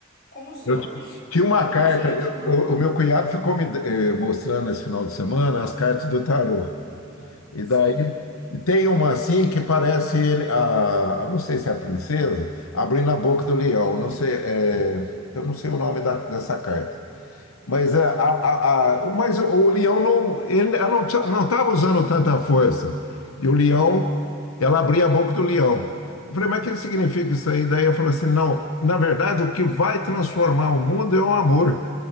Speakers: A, on the left; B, on the left.
A: com os
B: Eu
A: outros
B: ti- tinha uma
A: e com
B: carta,
A: a gente,
B: eu-
A: né?
B: o o meu cunhado ficou me eh, mostrando esse final de semana as cartas do tarô. E
A: Sim,
B: daí tem uma assim que parece ele, a, a- não sei se é a princesa, abrindo a boca do leão, não sei, eh, eu não sei o nome da- dessa carta. Mas, é, a, a, a- mas o o Leão não, ele, ela não tinha- não estava usando tanta força. E o Leão, ela abria a boca do Leão. Eu falei, mas o que significa isso aí? Daí eu falei assim, não, na verdade o que vai transformar o mundo é o amor.